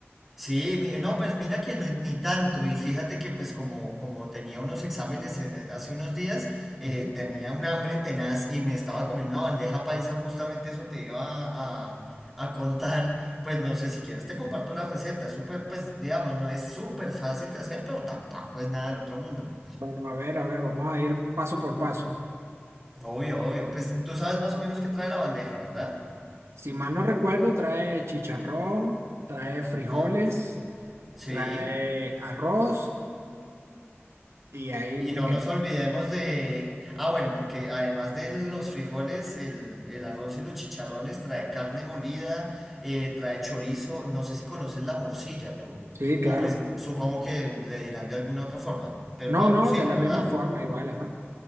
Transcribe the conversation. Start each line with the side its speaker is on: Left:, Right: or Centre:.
Centre: Sí, mi- no, pues mira que no- ni tanto. Y fíjate que pues como, como tenía unos exámenes eh, eh, hace unos días, eh,
Right: Ujú.
Centre: tenía un hambre tenaz y me estaba comiendo una bandeja paisa, justamente eso te iba a, a- a contar. Pues no sé si quieres, te comparto la receta. Es súper, pues digamos, no es súper fácil de hacer, pero tampoco es nada del otro mundo.
Right: Bueno, a ver, a ver, vamos a ir paso por paso.
Centre: Obvio, obvio. Pues tú sabes más o menos qué trae la bandeja, ¿verdad?
Right: Si mal no recuerdo, trae chicharrón, trae frijoles,
Centre: Ah, sí.
Right: trae arroz y ahí
Centre: Y
Right: me
Centre: no
Right: quedé.
Centre: nos olvidemos de... Ah, bueno, porque además de los frijoles, el, el arroz y los chicharrones trae carne molida, eh, trae chorizo, no sé si conoces la morcilla tú.
Right: Sí, claro.
Centre: O pues supongo que le dirán de alguna otra forma, pero no,
Right: No, no,
Centre: morcilla,
Right: de la
Centre: ¿verdad?
Right: misma forma, igual, ajá.